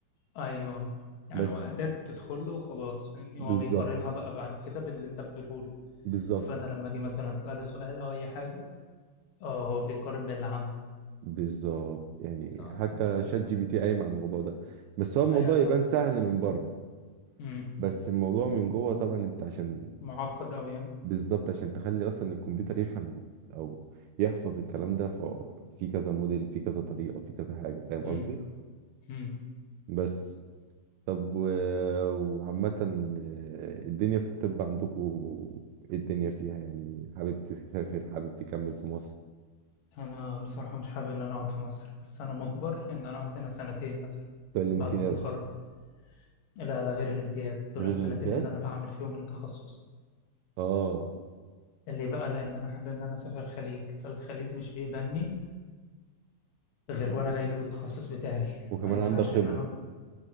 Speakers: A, on the left; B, on the right.
A: ايوه يعني
B: بس
A: هو داتا بتدخل له وخلاص فاهمني
B: بالظبط
A: هو بيقارنها بقى بعد كده باللي انت بتقوله له
B: بالظبط
A: فانا لما اجي مثلا اساله سؤال او اي حاجه اه هو بيقارن باللي عنده
B: بالظبط يعني
A: صح
B: حتى
A: مثلا
B: شات جي بي تي قايم على الموضوع ده بس هو الموضوع
A: ايوه
B: يبان سهل من بره
A: امم
B: بس الموضوع من جوه طبعا انت عشان
A: معقد أوي يعني
B: بالظبط عشان تخلي اصلا الكمبيوتر يفهم ال- او يحفظ الكلام ده ففي كذا موديل في كذا طريقة في كذا حاجة فاهم قصدي
A: امم امم
B: بس طب و- وعامة آه، الدنيا في الطب عندكم ايه الدنيا فيها يعني حابب تسافر حابب تكمل في مصر
A: أنا بصراحة مش حابب إن أنا أقعد في مصر بس أنا مجبر إن أنا أقعد هنا سنتين مثلا
B: بتوع الامتياز
A: بعد ما أتخرج لا ده غير الامتياز دول
B: غير
A: السنتين
B: الامتياز
A: اللي أنا بعمل فيهم التخصص
B: اه
A: اللي بقى لأن أنا حابب إن أنا أسافر الخليج فالخليج مش بيقبلني غير وأنا جاي لي بالتخصص بتاعي
B: وكمان
A: ما ينفعش
B: عندك خبرة
A: إن أنا